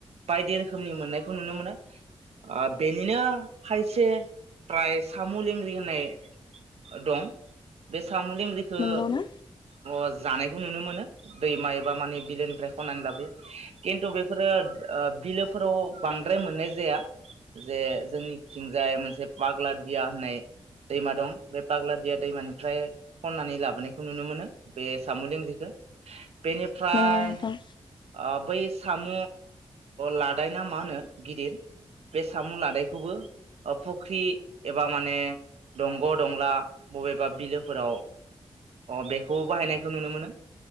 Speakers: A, on the right; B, on the left.
A: बायदि रोखोमनि मोननायखौ नुनो मोनो। ओ बेनिनो खायसे प्राय सामु लेंग्रि होननाय दं, बे साम' लेंग्रिखो
B: नंगौ ना
A: अ जानायखौ नुनो मोनो। दैमा एबा माने बिलोनिफ्राय खननानै लाबोयो, खिन्थु बेफोरो बिलोफोराव बांद्राय मोननाय जाया। जे जोंनि थिंजाय मोनसे पाग्लादिया होननाय दैमा दं। बे पाग्लादिया दैमानिफ्राय खननानै लाबोनायखौ नुनो मोनो। बे साम' लेंग्रिखो बेनिफ्राय
B: नंगौ नोंथां
A: अ बै साम' लादाय ना मा होनो गिदिर, बे साम' लादायखौबो फुख्रि एबा माने दंग' दंला बबेबा बिलोफोराव बे खौ बाहायनायखौ नुनो मोनो